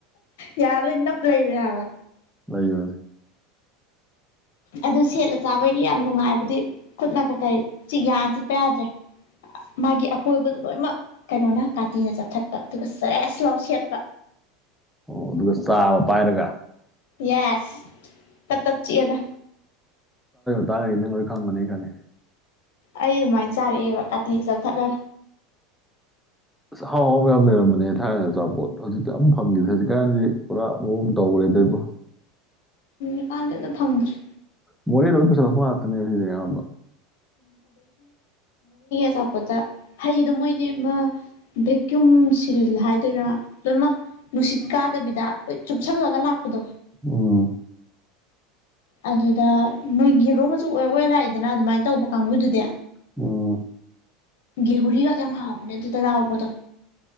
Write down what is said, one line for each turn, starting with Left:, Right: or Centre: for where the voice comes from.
Left: ꯌꯥꯔꯣꯏ ꯅꯞ ꯂꯩꯕꯅꯤ ꯍꯥꯏꯕ
Centre: ꯂꯩꯒꯅꯦ
Left: ꯑꯗꯨ ꯁꯦꯠꯂ ꯆꯥꯕꯒꯤ ꯌꯥꯝ ꯅꯨꯡꯉꯥꯏꯕꯗꯤ ꯈꯨꯠꯅ ꯀꯀꯩ ꯆꯤꯛ ꯌꯥꯅ ꯆꯤꯛꯄ ꯌꯥꯗ꯭ꯔꯦ ꯃꯥꯒꯤ ꯑꯀꯣꯏꯕꯗ ꯂꯣꯏꯅꯃꯛ ꯀꯩꯅꯣꯅ ꯀꯥꯇꯤꯅ ꯆꯞꯊꯠꯄ ꯑꯗꯨꯒ ꯁꯌꯦꯁꯁ ꯂꯥꯎ ꯁꯦꯠꯄ
Centre: ꯑꯣ ꯑꯗꯨꯒ ꯆꯥꯕ ꯄꯥꯏꯔꯒ
Left: ꯌꯦꯁ ꯇꯠ ꯇꯠ ꯆꯤꯛꯑꯗ
Centre: ꯇꯔꯒꯤ ꯅꯪ ꯂꯣꯏ ꯈꯪꯕꯅꯤ ꯈꯪꯉꯦ
Left: ꯑꯩ ꯑꯗꯨꯃꯥꯏꯟ ꯆꯥꯔꯛꯑꯦꯕ ꯀꯥꯇꯤꯅ ꯆꯞꯊꯠꯂ
Centre: ꯑꯁ ꯑꯍꯥꯎ ꯑꯍꯥꯎꯕ ꯌꯥꯝ ꯂꯩꯔꯝꯕꯅꯦ ꯊꯥꯏꯅ ꯑꯆꯥꯄꯣꯠ ꯍꯧꯖꯤꯛꯇꯤ ꯑꯝ ꯐꯪꯒꯤꯗꯦ ꯍꯧꯖꯤꯛꯀꯥꯟꯖꯤ ꯄꯨꯔꯥ ꯃꯑꯣꯡ ꯇꯧꯒꯔꯦ ꯗꯕꯣ
Left: ꯎꯀꯥꯟꯗꯗ ꯐꯪꯗ꯭꯭ꯔꯔꯤ
Centre: ꯃꯣ ꯂꯣꯏ ꯄꯁꯂ ꯐ ꯍꯥꯠꯇꯅꯦ ꯁꯤ ꯌꯥꯝ
Left: ꯑꯆꯥꯄꯣꯠꯠꯇ ꯍꯩꯗꯣ ꯃꯣꯏꯗꯤ ꯃꯥ ꯚꯦꯀ꯭ꯌꯨꯝ ꯁꯤꯜ ꯍꯥꯏꯗꯣꯏꯔꯥ ꯂꯣꯏꯅꯃꯛ ꯅꯨꯡꯁꯤꯠ ꯀꯥꯗꯕꯤꯗ ꯆꯨꯞꯁꯜꯂꯒ ꯂꯥꯛꯄꯗꯣ
Centre: ꯑꯣ
Left: ꯑꯗꯨꯗ ꯅꯣꯏ ꯌꯦꯂꯣ ꯃꯆꯨ ꯑꯣꯏ ꯑꯣꯏ ꯂꯥꯛꯏꯗꯅ ꯑꯗꯨꯃꯥꯏꯅ ꯇꯧꯕ ꯀꯥꯡꯕꯨꯗꯨꯗꯤ
Centre: ꯑꯣ
Left: ꯦꯍꯔꯤ ꯇ ꯑꯃ ꯍꯥꯎꯍ ꯀꯅꯦ ꯑꯗꯨ ꯇꯔꯥꯥꯎ ꯀꯗꯣ